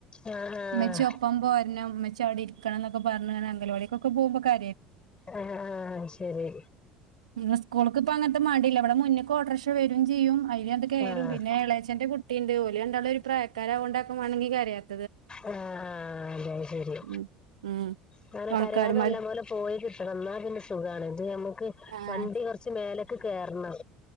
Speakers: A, on the left; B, on the right.
A: ആഹ് ആഹ്
B: ഉമ്മച്ചി ഒപ്പം പോരണം ഇച്ചവിടെ ഇരിക്കണം എന്നക്കെ പറഞ്ഞ അംഗനവാടിക്ക് പോകുമ്പകര
A: ആഹ ആഹ ശരി
B: നി സ്കൂൾക്ക ഇപ്പ അങ്ങനത്തെ മേണ്ടില്ലല്ല ഇവിടെ മുന്നേക്ക് ഓടർക്ഷ വരും ചെയ്യും <unintelligible>
A: ആഹ് ആഹ്
B: പിന്നെ എളേച്ചൻ്റെ കുട്ടി ഉണ്ട് ഓല് രണ്ടാളും ഒരു പ്രായക്കാരാഡക്കും വാണമെങ്കി <unintelligible>
A: ആഹ ആ ന്ന ശരി
B: ഉം ഉം
A: അങ്ങനെ
B: ഓണക്കാരന്മാര്
A: കരയാതെ നല്ല പോലെ പോയി കിട്ടണം ഇന്നാ പിന്നെ സുഖാണ് ഇത്ഞമ്മക്ക്
B: ആഹ്
A: വണ്ടി കുറച്ച് മേല ക്ക്‌കേറണം